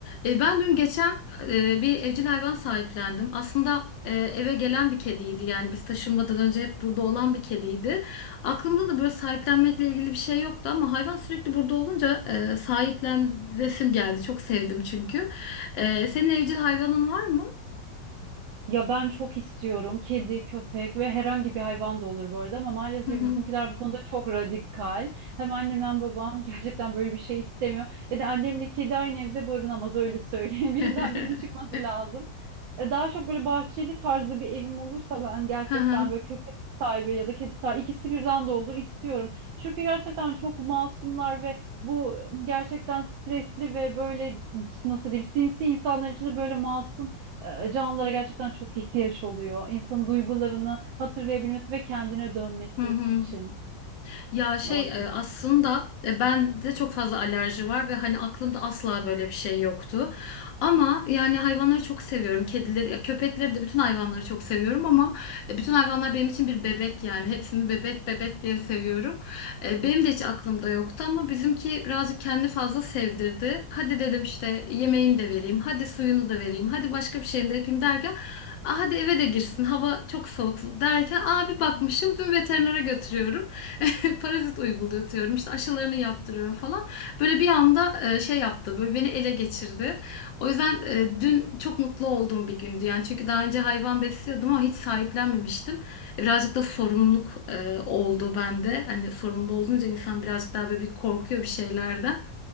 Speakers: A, on the left (about 75°); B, on the right (about 80°).
A: E, ben dün geçen e, bir evcil hayvan sahiplendim. Aslında e, eve gelen bir kediydi. Yani biz taşınmadan önce hep burada olan bir kediydi. Aklımda da böyle sahiplenmekle ilgili bir şey yoktu ama hayvan sürekli burada olunca e, sahiplen resim geldi. Çok sevdim çünkü. E, senin evcil hayvanın var mı?
B: Ya ben çok istiyorum kedi, köpek ve herhangi bir hayvan da olur bu arada ama maalesef
A: Hı hı.
B: bizimkiler bu konuda çok radikal. Hem annem hem babam <laughs> gerçekten böyle bir şey istemiyor. Ya da annemle kedi aynı evde barınamaz öyle söyleyeyim. <laughs> Birinden
A: <laughs>
B: birinin çıkması lazım. E, Daha çok böyle bahçeli tarzda bir evim olursa ben gerçekten
A: Hı hı.
B: böyle köpek sahibi ya da kedi sahibi ikisi birden de olur istiyorum. Çünkü gerçekten çok masumlar ve bu gerçekten stresli ve böyle nasıl diyeyim sinsi insanlar için de böyle masum e, canlılara gerçekten çok ihtiyaç oluyor. İnsanın duygularını hatırlayabilmesi ve kendine dönmesi
A: Hı hı.
B: için
A: Ya şey
B: o açıdan.
A: e, aslında e, ben de çok fazla alerji var ve hani aklımda asla böyle bir şey yoktu. Ama yani hayvanları çok seviyorum. Kedileri, ya köpekleri de bütün hayvanları çok seviyorum ama e, bütün hayvanlar benim için bir bebek yani. Hepsini bebek bebek diye seviyorum. E, Benim de hiç aklımda yoktu ama bizimki birazcık kendi fazla sevdirdi. Hadi dedim işte yemeğini de vereyim, hadi suyunu da vereyim, hadi başka bir şeyini de yapayım derken "Aa, Hadi eve de girsin hava çok soğuk derken abi bakmışım dün veterinere götürüyorum. <laughs> parazit uygulatıyorum işte aşılarını yaptırıyorum falan. Böyle bir anda e, şey yaptı böyle beni ele geçirdi. O yüzden e, dün çok mutlu olduğum bir gündü yani çünkü daha önce hayvan besliyordum ama hiç sahiplenmemiştim. E, Birazcık da sorumluluk e, oldu bende. Hani sorumlu olunca insan birazcık daha böyle bir korkuyor bir şeylerden.